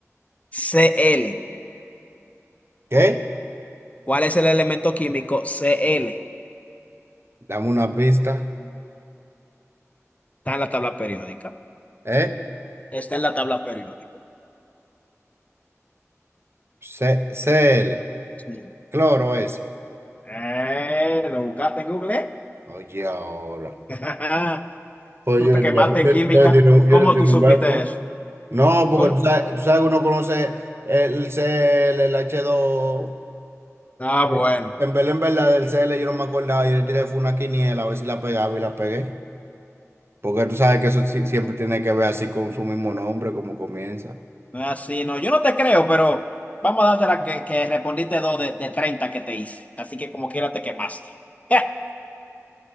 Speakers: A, on the left; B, on the right.
A: Cl.
B: ¿Qué?
A: ¿Cuál es el elemento químico? Cl.
B: Dame una pista.
A: Está en la tabla periódica.
B: ¿Eh?
A: Está en la tabla periódica.
B: C- CL,
A: Sí.
B: cloro ese.
A: Eh, ¿lo buscaste en Google?
B: Oye, ahora.
A: <laughs>
B: Pues
A: Tú
B: yo
A: te
B: le
A: quemaste
B: tiré, yo,
A: en química.
B: yo le tiré un
A: ¿Cómo
B: yo le tiré
A: tú supiste
B: un verbo.
A: eso?
B: No, porque
A: ¿Cómo?
B: tú sabes, tú sabes que uno conoce el CL, el h dos
A: Ah,
B: Eh,
A: bueno.
B: En verdad, en verdad, del C. L. yo no me acordaba. Yo le tiré fue una quiniela a ver si la pegaba y la pegué. Porque tú sabes que eso sí- siempre tiene que ver así con su mismo nombre, como comienza.
A: No es así, no. Yo no te creo, pero vamos a darte la que, que respondiste dos de, de 30 que te hice. Así que como quiera te quemaste. <laughs>